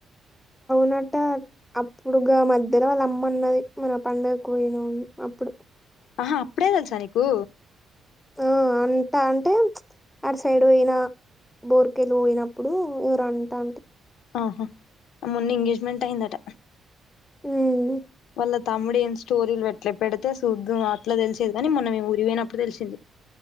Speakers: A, in the centre; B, on the left.
A: నట్ట అప్పుడుగా మధ్యల వాళ్ళు అమ్మ అన్నది మన పండగక్కు పోయినం అప్పుడు.
B: ఆహా అప్పుడే తెలుసా నీకు
A: ఆ అంట అంటే చ్ ఆడు సైడ్ పోయిన బోర్కెలు పోయినప్పుడు ఎవరో అంటా
B: ఆహా మొన్న ఎంగేజ్మెంట్ అయిందట.
A: ఉ ఉ
B: వాళ్ళ తమ్ముడు ఏం స్టోరీలు వెట్ల పెడితే చూద్దుం అట్లా తెలిసేది గాని మొన్న మేము ఊరికి పోయినప్పుడు తెలిసింది.